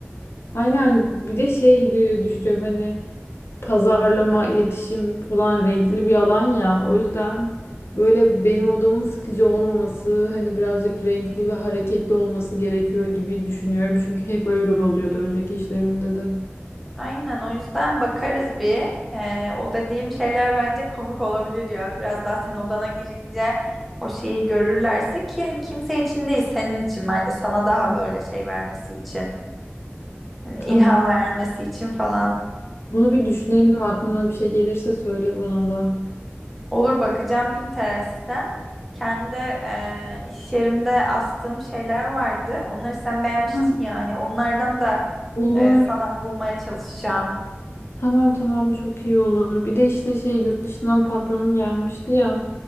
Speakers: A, on the left; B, in the centre.
A: Aynen bir de şey diye düşünüyorum hani pazarlama, iletişim falan renkli bir alan ya. O yüzden böyle benim odamın sıkıcı olmaması hani birazcık renkli ve hareketli olması gerekiyor gibi düşünüyorum. Çünkü hep öyle oluyordu önceki işlerimde de.
B: Aynen o yüzden bakarız bir. Ee, o dediğim şeyler bence komik olabilir ya. Biraz daha sen odana girince o şeyi görürlerse ki hani kimse için değil senin için bence sana daha
A: Hı.
B: böyle şey vermesi için. Hani
A: Tamam.
B: ilham vermesi için falan.
A: Bunu bir düşünelim. Aklına bir şey gelirse söyle bana da.
B: Olur bakacağım Pinterest'ten. Kendi e, iş yerimde astığım şeyler vardı. Onları sen beğenmiştin
A: Hı,
B: ya hani onlardan da
A: olur.
B: e, sana bulmaya çalışacağım.
A: Tamam tamam çok iyi olur. Bir de işte şey yurt dışından patronum gelmişti ya.